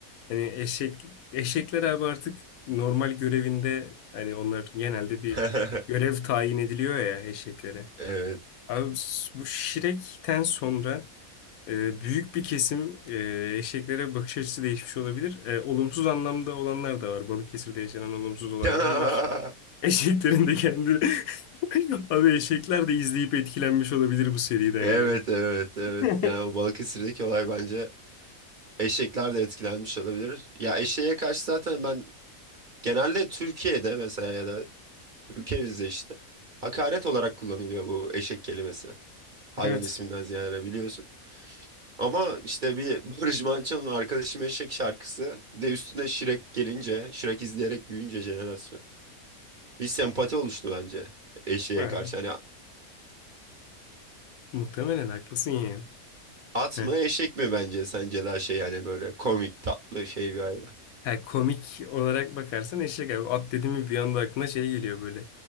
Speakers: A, on the left; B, on the right.
A: hani eşek eşekler abi artık normal görevinde hani onlar genelde bir
B: <laughs>
A: görev tayin ediliyor ya eşeklere.
B: Evet.
A: Abi s- bu Şirek'ten sonra e, büyük bir kesim e, eşeklere bakış açısı değişmiş olabilir. E, olumsuz anlamda olanlar da var. Balıkesir'de yaşanan olumsuz olaylar
B: <laughs>
A: var. <laughs> Eşeklerin de kendi <laughs> abi eşekler de izleyip etkilenmiş olabilir bu seriden
B: Evet
A: ya.
B: evet evet.
A: <laughs>
B: Yani o Balıkesir'deki olay bence eşekler de etkilenmiş olabilir. Ya eşeğe karşı zaten ben genelde Türkiye'de mesela ya da ülkemizde işte hakaret olarak kullanılıyor bu eşek kelimesi. Hayvan
A: Evet.
B: isminden ziyade biliyorsun. Ama işte bir Barış Manço'nun Arkadaşım Eşek şarkısı bir de üstüne Şirek gelince, Şirek izleyerek büyüyünce jenerasyon bir sempati oluştu bence eşeğe
A: Ha,
B: karşı. Hani
A: Muhtemelen haklısın ya.
B: At
A: Heh.
B: mı eşek mi bence sence daha şey yani böyle komik tatlı şey bir hayvan.
A: Ha, komik olarak bakarsan eşek abi. At dedi mi bir anda aklına şey geliyor böyle.